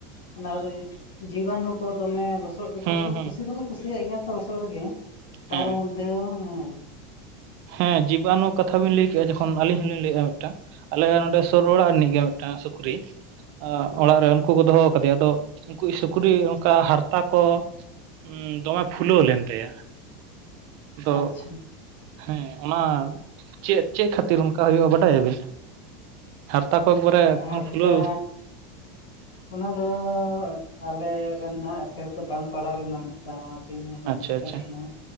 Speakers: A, on the left (about 80°); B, on the right (about 65°).
A: ᱚᱱᱟᱨᱮ ᱡᱤᱵᱟᱱᱩ ᱠᱚ ᱫᱚᱢᱮ ᱞᱚᱥᱚᱫ ᱨᱮᱠᱚ
B: ᱦᱩᱸ
A: ᱛᱚ
B: ᱦᱩᱸ
A: ᱠᱩᱥᱤ ᱫᱚᱠᱚ ᱠᱩᱥᱤᱭᱟᱜ ᱜᱮᱭᱟ ᱛᱚ ᱞᱚᱥᱚᱜ ᱨᱮᱜᱮ ᱛᱟᱨ
B: ᱦᱮᱸ
A: ᱢᱚᱫᱷᱮᱳ ᱦᱮᱸ
B: ᱦᱮᱸ ᱡᱤᱵᱟᱱᱩ ᱠᱟᱛᱷᱟ ᱠᱟᱛᱷᱟ ᱵᱮᱤᱱ ᱞᱟᱹᱭ ᱠᱮᱫᱼᱟ ᱡᱚᱠᱷᱚᱱ ᱟᱹᱞᱤᱧ ᱦᱚᱸᱞᱤᱧ ᱞᱟᱹᱭᱮᱫᱼᱟ ᱢᱤᱫᱴᱟᱝ ᱟᱞᱮ ᱱᱚᱸᱰᱮ ᱥᱩᱨ ᱚᱲᱟᱜ ᱨᱤᱱᱤᱡ ᱜᱮ ᱢᱤᱫᱴᱟᱝ ᱥᱩᱠᱨᱤ ᱚᱲᱟᱜ ᱨᱮ ᱩᱱᱠᱩ ᱠᱚ ᱫᱚᱦᱚ ᱠᱟᱫᱮᱭᱟ ᱟᱫᱚ ᱩᱱᱠᱩ ᱤᱡ ᱥᱩᱠᱨᱤ ᱚᱱᱠᱟ ᱦᱟᱨᱛᱟ ᱠᱚ ᱦᱸ ᱫᱚᱢᱮ ᱯᱷᱩᱞᱟᱹᱣ ᱞᱮᱱ ᱛᱟᱭᱟ᱾ ᱟᱫᱚ
A: ᱟᱪᱪᱷᱟ
B: ᱦᱮᱸ ᱚᱱᱟ ᱪᱮᱫ ᱪᱮᱫ ᱠᱷᱟᱹᱛᱤᱨ ᱚᱱᱠᱟ ᱦᱩᱭᱩᱜᱼᱟ ᱵᱟᱰᱟᱭᱟᱵᱤᱱ? ᱦᱟᱨᱛᱟᱠᱚ ᱮᱠᱵᱟᱨᱮ ᱮᱠᱫᱚᱢ
A: ᱟᱨ
B: ᱯᱷᱩᱞᱟᱹᱣ
A: ᱛᱟ ᱚᱱᱟ ᱫᱚ ᱟᱞᱮ ᱨᱮᱱᱟᱜ ᱥᱮᱨ ᱫᱚ ᱵᱟᱝ ᱯᱟᱲᱟᱣ ᱞᱮᱱᱟ ᱢᱤᱫ ᱫᱷᱟᱣ ᱤᱧ ᱦᱚᱸ ᱵᱟᱹᱧ
B: ᱟᱪᱪᱷᱟ
A: <unintelligible> ᱛᱟᱦᱮᱱᱟ
B: ᱟᱪᱪᱷᱟ